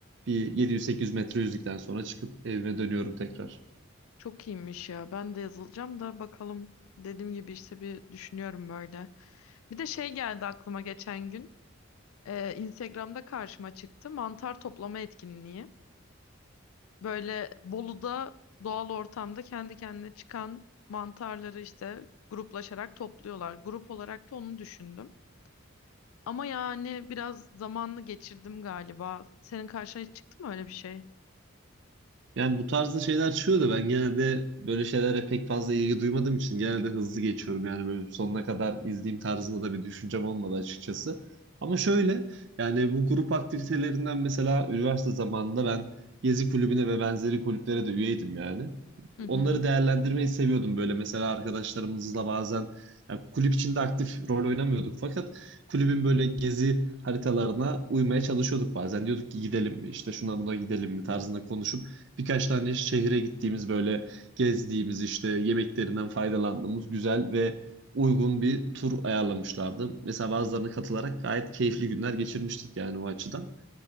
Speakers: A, on the right; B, on the left.
A: Bir 700-800 metre yüzdükten sonra çıkıp evime dönüyorum tekrar.
B: Çok iyiymiş ya. Ben de yazılacağım da bakalım. Dediğim gibi işte bir düşünüyorum böyle. Bir de şey geldi aklıma geçen gün. Ee, Instagram'da karşıma çıktı. Mantar toplama etkinliği. Böyle Bolu'da doğal ortamda kendi kendine çıkan mantarları işte gruplaşarak topluyorlar. Grup olarak da onu düşündüm. Ama yani biraz zamanını geçirdim galiba. Senin karşına hiç çıktı mı öyle bir şey?
A: Yani bu tarzda şeyler çıkıyor da ben genelde böyle şeylere pek fazla ilgi duymadığım için genelde hızlı geçiyorum. Yani böyle sonuna kadar izleyeyim tarzında da bir düşüncem olmadı açıkçası. Ama şöyle yani bu grup aktivitelerinden mesela üniversite zamanında ben gezi kulübüne ve benzeri kulüplere de üyeydim yani.
B: Hı hı.
A: Onları değerlendirmeyi seviyordum böyle mesela arkadaşlarımızla bazen yani kulüp içinde aktif rol oynamıyorduk fakat kulübün böyle gezi haritalarına uymaya çalışıyorduk bazen. Diyorduk ki gidelim mi işte şuna buna gidelim mi tarzında konuşup Birkaç tane şehre gittiğimiz böyle gezdiğimiz işte yemeklerinden faydalandığımız güzel ve uygun bir tur ayarlamışlardı. Mesela bazılarına katılarak gayet keyifli günler geçirmiştik yani o açıdan.